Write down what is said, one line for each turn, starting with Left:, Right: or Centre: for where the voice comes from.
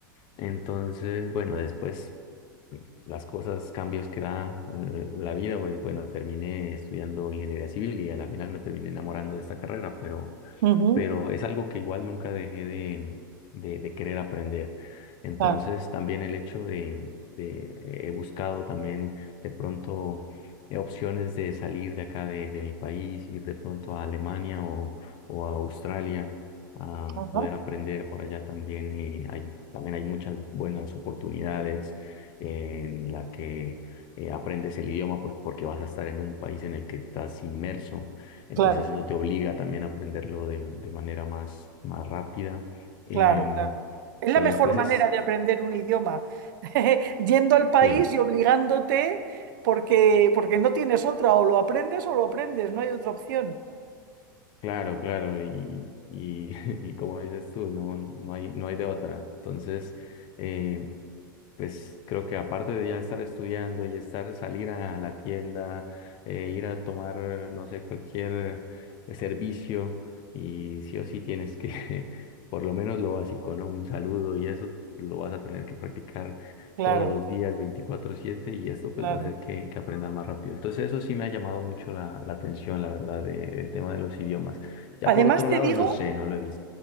Left: Entonces, bueno, después mm, las cosas, cambios que da eh, la vida, pues bueno, terminé estudiando ingeniería civil y a la final me terminé enamorando de esta carrera, pero
Right: ujú.
Left: pero es algo que igual nunca dejé de, de, de querer aprender. Entonces
Right: Claro,
Left: también el hecho de, de he buscado también de pronto eh, opciones de salir de acá de, de mi país, ir de pronto a Alemania o, o a Australia, a
Right: ajá,
Left: poder aprender por allá también. eh, hay, también hay muchas buenas oportunidades en la que eh, aprendes el idioma pues, porque vas a estar en un país en el que estás inmerso entonces
Right: claro.
Left: eso te obliga también a aprenderlo de, de manera más, más rápida. Em,
Right: Claro, claro. Es la
Left: eh,
Right: mejor
Left: pues
Right: manera
Left: es,
Right: de aprender un idioma, <laughs> yendo al país
Left: sí,
Right: y obligándote porque, porque no tienes otra, o lo aprendes o lo aprendes, no hay otra opción.
Left: claro, claro, y, y, <laughs> y como dices tú, no, no hay, no hay de otra. Entonces, em, Pues creo que aparte de ya estar estudiando y estar, salir a la tienda, eh, ir a tomar, no sé, cualquier eh, servicio, y sí o sí tienes que, <laughs> por lo menos lo básico, ¿no? Un saludo y eso lo vas a tener que practicar
Right: Claro,
Left: todos los días, veinticuatro siete y esto pues
Right: claro.
Left: va a hacer que, que aprendas más rápido. Entonces eso sí me ha llamado mucho la, la atención, la verdad, de- del tema de los idiomas. Ya
Right: Además
Left: por otro
Right: te
Left: lado,
Right: digo,
Left: no sé, no lo he visto.